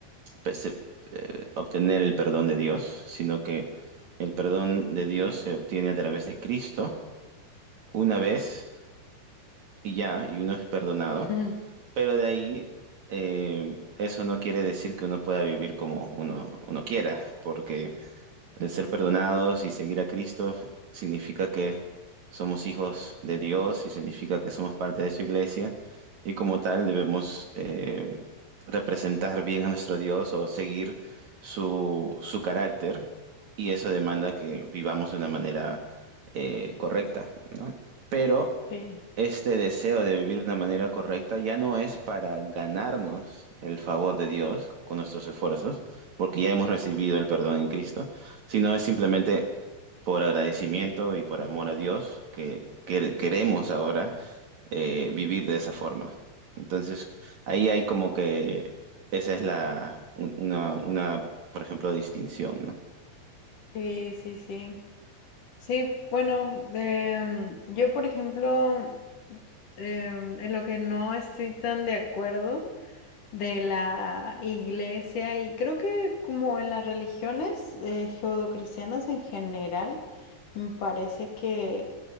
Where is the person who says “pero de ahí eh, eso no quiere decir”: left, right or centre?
Right